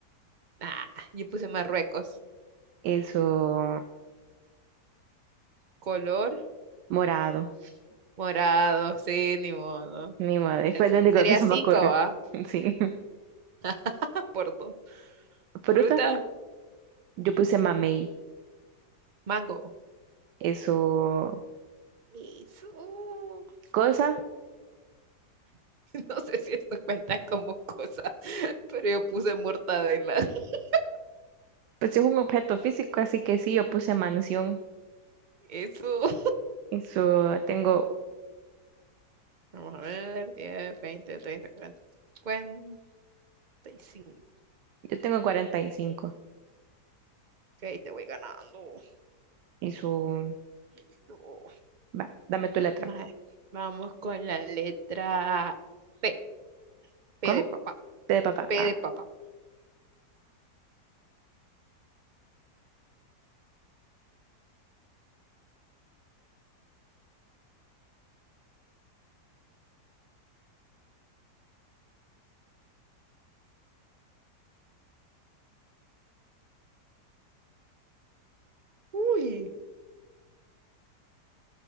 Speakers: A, on the right; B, on the right.
A: Ah, yo puse Marruecos.
B: Eso.
A: Color
B: Morado.
A: morado. Sí, ni modo.
B: Mi madre.
A: Entonces
B: Fue lo único
A: sería
B: que se
A: cinco,
B: me ocurrió.
A: ¿va?
B: <laughs> Sí.
A: <laughs> Por dos.
B: Fruta,
A: Fruta,
B: yo puse mamey.
A: mango.
B: Eso.
A: Eso. <laughs>
B: Cosa,
A: No sé si esto cuenta como cosa, pero yo puse mortadela. <laughs>
B: pues es un objeto físico, así que sí, yo puse mansión.
A: Eso.
B: Eso. Tengo,
A: Vamos a ver, diez veinte treinta cuarenta 40, y cinco
B: yo tengo 45.
A: ahí te voy ganando.
B: Eso.
A: Eso.
B: Va, dame tu letra.
A: Vale, vamos con la letra P. P
B: ¿Cómo?
A: de papá.
B: T de papá.
A: P
B: Ah.
A: de papá. Uy,